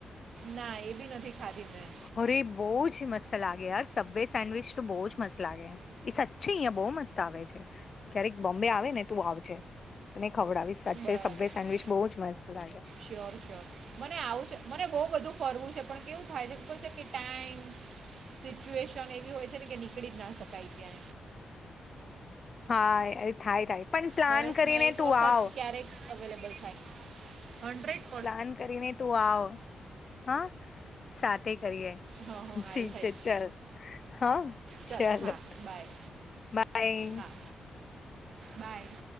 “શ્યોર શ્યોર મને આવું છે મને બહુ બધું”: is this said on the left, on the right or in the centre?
Right